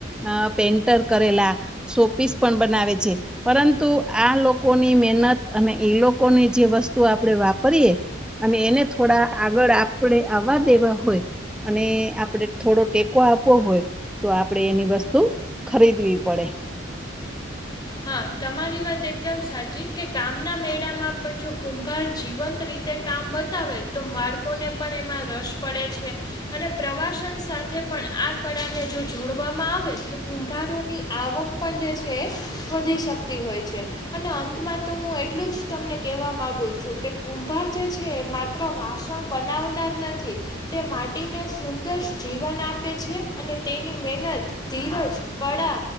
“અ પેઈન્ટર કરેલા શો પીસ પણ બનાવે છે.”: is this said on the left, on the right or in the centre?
Centre